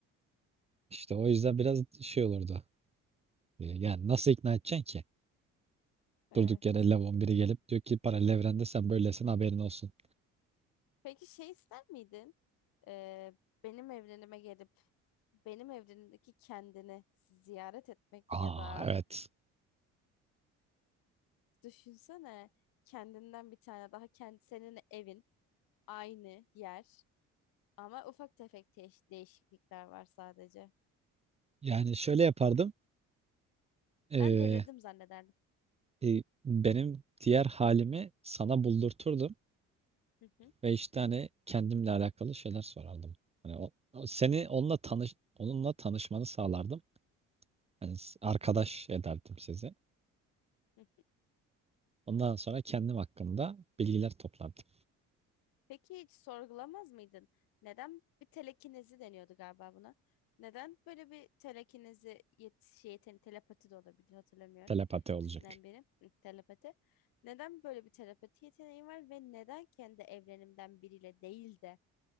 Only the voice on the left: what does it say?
Evet.
Peki şey ister miydin? E, benim evrenime gelip benim evrenimdeki kendini ziyaret etmek
ya da
Düşünsene kendinden bir tane daha kendi senin evin aynı yer ama ufak tefek teş- değişiklikler var sadece.
Ben delirdim zannederdim.
Hı hı,
hı.
Peki hiç sorgulamaz mıydın? Neden bir telekinezi deniyordu galiba buna? Neden böyle bir telekinezi yet şey, yeten- telepati de olabilir hatırlamıyorum.
İkisinden biri hı, telepati. Neden böyle bir telepati yeteneğin var ve neden kendi evrenimden biriyle değil de